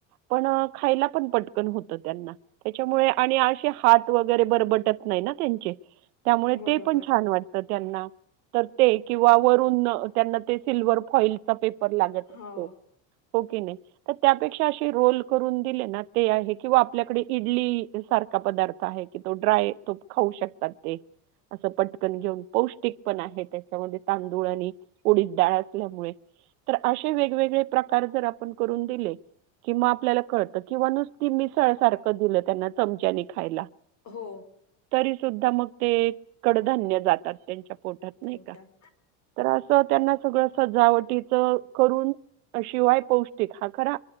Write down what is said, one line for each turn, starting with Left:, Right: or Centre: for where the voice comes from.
Right: पण खायला पण पटकन होत त्यांना त्याच्यामुळे आणि असे हात वगैरे बरबटत नाही ना त्यांचे त्यामुळे
Left: बरोबर
Right: ते पण छान वाटतं त्यांना. तर ते किंवा वरून त्यांना ते सिल्वर फॉईलचा पेपर लागत असतो.
Left: हो
Right: हो की नाही? तर त्यापेक्षा असे रोल करून दिले ना ते आहे किंवा आपल्याकडे इडली सारखा पदार्थ आहे कि, तो ड्राय तो खाऊ शकतात ते असं पटकन घेऊन पौष्टिक पण आहे, त्याच्यामध्ये तांदूळ आणि उडीद डाळ असल्यामुळे, तर असे वेगवेगळे प्रकार जर आपण करून दिले किंवा आपल्याला कळत किंवा नुसती मिसळ सारखं दिलं त्यांना चमच्यानी खायला
Left: हो.
Right: तरी सुद्धा मग ते कडधान्य जातात त्यांच्या पोटात नाही
Left: पोटात
Right: का तर असं त्यांना सगळं सजावटीच करून शिवाय पौ ष्टिक हा खरा